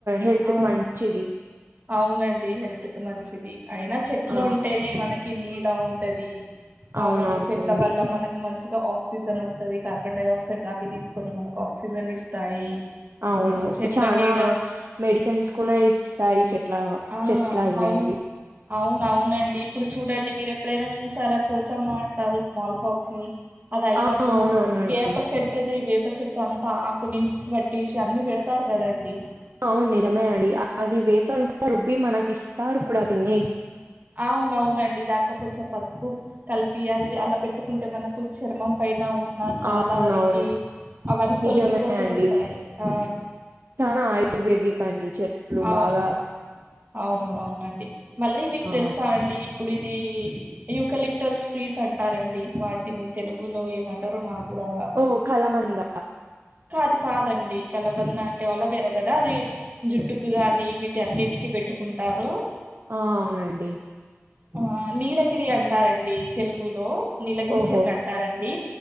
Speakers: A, on the right; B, on the right.
A: హెల్త్
B: ఆ
A: కి మంచిది
B: అవునండి హెల్త్ మంచిది అయినా చెట్లు
A: ఆ
B: ఉంటేనే మనకి నీడ ఉ టది ఆ
A: అవునవునండి
B: మళ్ళీ చెట్ల వల్ల మనకు మం చిమగా ఆక్సిజన్ వస్తది కార్బన్ డై ఆక్సైడ్ దాన్ని తీసుకొని మనకు క్సిజన్ ఇస్తాయి
A: అవును
B: ఆ చెట్ల
A: చానా
B: నీడల్
A: మెడిసిన్స్ కూడా ఇస్తాయి చెట్లా
B: ఆ!
A: చెట్లవేవి
B: అవును. అవునవునండి ఇప్పుడు చూడండి మీరు ఎప్పుడైనా చూసారా పూచమ్మ అంటారు స్మాల్ ఫాక్స్ ని అది అయినప్పుడు
A: ఆ అవునవునండి
B: వేప చెట్టుది వే ప్ప చెట్టు అంతా ఆకుని మిక్స్ పట్టేసి అన్ని పెడతారు కదండి
A: అవున్ నిజమేడి అది వేపంత రుబ్బి మనకి ఇస్తారు కూడా తినే
B: అవునవునండి. దాంట్లో కొంచెం పసుపు కలిపి అది అలా పెట్టుకుంటే మనకు చర్మం పైన ఉం చాలా
A: అవునవును
B: వరకి అవన్నీ
A: నిజమే
B: తొలగిపోతూ
A: అండి
B: ఉంటాయి ఆ
A: చానా ఆయుర్వేదిక్
B: అ
A: అండి చెట్లు
B: అవును.
A: బాగా
B: అవును అవునండి మళ్ళీ మీక్
A: ఆ
B: తెలుసా అండి ఇప్పుడిది యూకలిప్టర్స్ ట్రీస్ అంటారండి వాటిని తెలుగులో ఏమంటారు నాకు కూడా
A: ఓ కలమంద
B: కాదు కాదండి కలబంద అంటే అలోవేర గదా అది జుట్టుకు గాని ఇవ్విటి అన్నిటి కి పెట్టుకుంటారు
A: ఆ అవునండి
B: ఆ నీలగిరి అంటారండి తెలుగులో నీలగిరి
A: ఓహో
B: చెట్లంటారండి